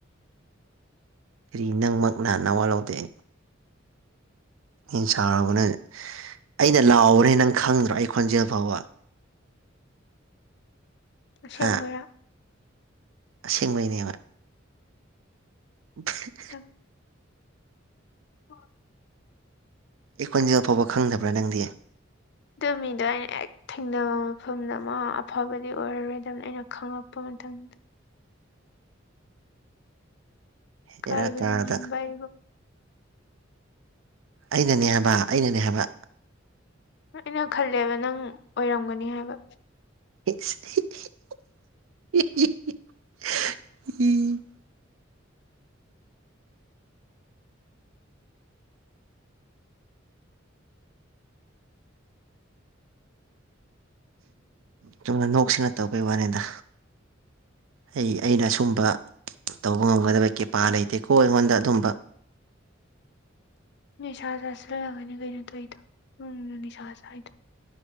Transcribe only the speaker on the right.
ꯀꯔꯤ ꯅꯪꯃꯛꯅ ꯅꯋꯥ ꯂꯧꯗꯦ ꯑꯩ ꯑꯩꯅ ꯁꯥꯎꯔꯕꯅꯦ ꯑꯩꯅ ꯂꯥꯎꯕꯅꯦ ꯅꯪ ꯈꯪꯗ꯭ꯔꯣ ꯑꯩ ꯈꯣꯟꯖꯦꯜ ꯐꯥꯎꯕ
ꯍꯥ ꯑꯁꯦꯡꯕꯩꯅꯦꯕ <inaudible>
ꯑꯩ ꯈꯣꯟꯖꯦꯜ ꯐꯥꯎꯕ ꯈꯪꯗꯕ꯭ꯔꯥ ꯅꯪꯗꯤ
ꯍꯦꯔꯥ ꯇꯥꯔꯗ
ꯑꯩꯅꯅꯦ ꯍꯥꯏꯕ ꯑꯩꯅꯅꯦ ꯍꯥꯏꯕ
ꯏꯁ <unintelligible> ꯆꯨꯝꯅ ꯅꯣꯛꯁꯤꯅ ꯇꯧꯕꯩ ꯋꯥꯅꯤꯗ ꯑꯩ ꯑꯩꯅ ꯑꯁꯨꯝꯕ ꯇꯧꯕ ꯉꯝꯒꯗꯕꯩ ꯀꯦꯄꯥ ꯂꯩꯇꯦꯀꯣ ꯑꯩꯉꯣꯟꯗ ꯑꯗꯨꯝꯕ